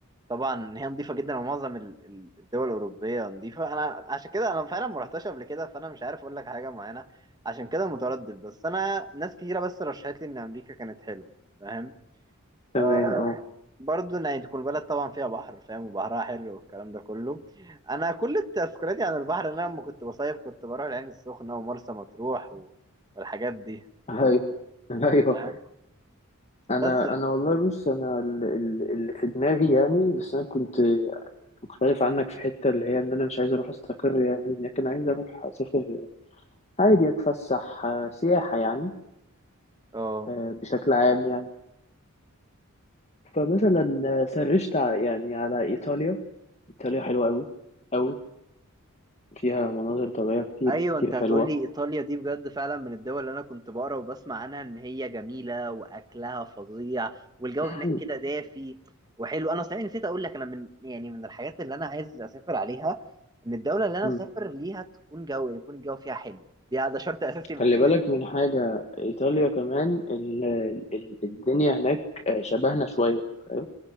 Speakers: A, on the right; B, on the left.
A: طبعا ان هي نظيفه جدا ومعظم ال- ال- الدول الاوروبيه نظيفه انا عشان كده انا فعلا ما رحتش قبل كده فانا مش عارف اقول لك حاجه معينه عشان كده متردد بس انا ناس كتيره بس رشحت لي ان امريكا كانت حلوه فاهم
B: تمام
A: آه
B: اه
A: برضه ان يعني تكون البلد طبعا فيها بحر فاهم وبحرها حلو والكلام ده كله انا كل تذكرياتي عن البحر ان انا لما كنت بصيف كنت بروح العين السخنه ومرسى مطروح و... والحاجات دي
B: <laughs> ايوه ايوه
A: فاهم
B: انا
A: بس
B: انا والله بص انا ال- ال- اللي في دماغي يعني بس انا كنت مختلف عنك في حته اللي هي ان انا مش عايز اروح استقر يعني هناك انا عايز اروح اسافر عادي اتفسح آه، سياحه يعني
A: اه
B: آه، بشكل عام يعني فمثلا آه، سرشت ع- يعني على ايطاليا ايطاليا حلوه قوي فيها مناظر طبيعية كتير
A: ايوه
B: كتير
A: انت
B: حلوة
A: هتقول لي ايطاليا دي بجد فعلا من الدول اللي انا كنت بقرا وبسمع عنها ان هي جميله واكلها فظيع والجو هناك
B: مم.
A: كده دافي وحلو انا صحيح نسيت اقول لك انا من يعني من الحاجات اللي انا عايز اسافر عليها ان الدوله اللي انا
B: مم.
A: اسافر ليها تكون جو يكون الجو فيها حلو دي ده شرط اساسي بالنسبه
B: خلي بالك
A: لي
B: من حاجة إيطاليا كمان ال ال الدنيا هناك آه، شبهنا شوية فاهم